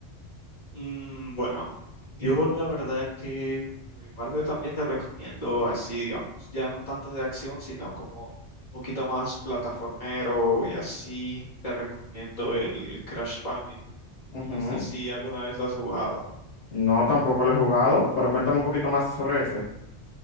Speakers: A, on the left; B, on the left.
A: Mm, bueno, yo la verdad que por mi parte también te recomiendo así, digamos, ya no tanto de acción, sino como un poquito más plataformero y así, te recomiendo el Crash Bandicoot.
B: Ujú.
A: No sé si alguna vez lo has jugado.
B: No, tampoco lo he jugado, pero cuéntame un poquito más sobre este.